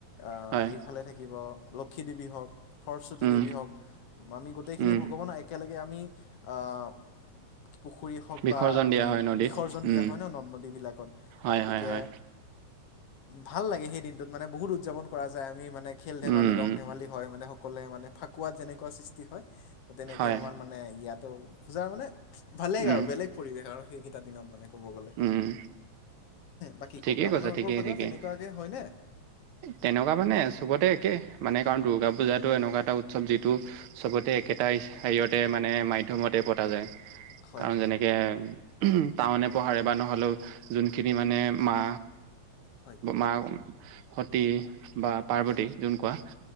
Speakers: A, on the left; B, on the right.
A: অ,
B: হয়,
A: এইফালে থাকিব। লক্ষী দেৱী হওক সৰস্বতী
B: উম,
A: দেৱী হওক আমি গোটেইখিনি
B: উম,
A: ভগৱান একেলগে আমি আহ, পুখুৰী হওক
B: বিসৰ্জন
A: বা আমি
B: দিয়া হয় নদীত,
A: বিসৰ্জন দিয়া
B: উম,
A: হয় ন নদ নদীবিলাকত
B: হয়,
A: গতিকে
B: হয়, হয়,
A: ভাল লাগে সেই দিনটোত মানে বহুত উদযাপন কৰা যায় আমি মানে খেল ধেমালি
B: উম,
A: ৰং ধেমালি হয় মানে অকলে মানে ফাকুৱাত যেনেকুৱা সৃষ্টি হয় তেনেকে
B: হয়,
A: আমাৰ মানে ইয়াতো পূজাৰ মানে ভালে
B: উম,
A: আৰু বেলেগ পৰিৱেশ আৰু সেইকেইটা দিনত মানে। ক'ব গ'লে
B: উম,
A: বাকী
B: ঠিকেই
A: কওক আপোনালোকৰ
B: কৈছা ঠিকেই
A: ফালে
B: ঠিকেই
A: তেনেকুৱাকে হয়নে।
B: তেনেকুৱা মানে চবতে একে মানে কাৰণ দুৰ্গা পূজাটো এনেকুৱা এটা উৎসৱ যিটো চবতে একেটা হেৰিয়তে মানে মাধ্যমতে পতা যায়
A: হয়
B: কাৰন
A: হয়
B: যেনেকে উম টাউনে উপহাৰে বা নহলেও যোনখিনি মানে মা
A: হয়
B: মা সতী বা পাৰ্বতী
A: হয়
B: যোন কোৱা